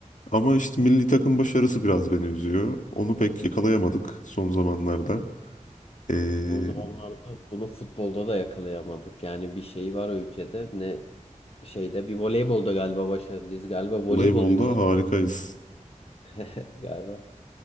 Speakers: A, on the left; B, on the left.
A: Ama işte milli takım başarısı biraz beni üzüyor. Onu pek yakalayamadık son zamanlarda. Ee,
B: O zamanlarda bunu futbolda da yakalayamadık. Yani bir şey var o ülkede ne şeyde bir voleybolda galiba başarılıyız. Galiba voleybol
A: voleybolda
B: ülkesi
A: harikayız.
B: <laughs> Evet galiba.